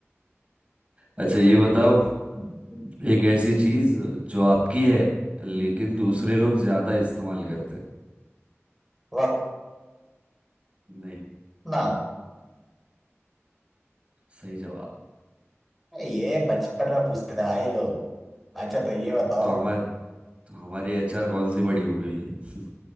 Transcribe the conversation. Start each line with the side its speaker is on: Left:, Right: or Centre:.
Right: अच्छा ये बताओ
Centre: हम्म,
Right: एक ऐसी चीज जो आपकी है लेकिन
Centre: हम्म,
Right: दूसरे लोग ज्यादा इस्तेमाल करते हैं
Centre: वक्त
Right: नहीं
Centre: नाम
Right: सही जवाब
Centre: ये बचपन में पूछते थे भाई लोग अच्छा तो ये
Right: हाँ
Centre: बताओ
Right: तो हमारे तो हमारी एचआर कौन सी बड़ी हो गई है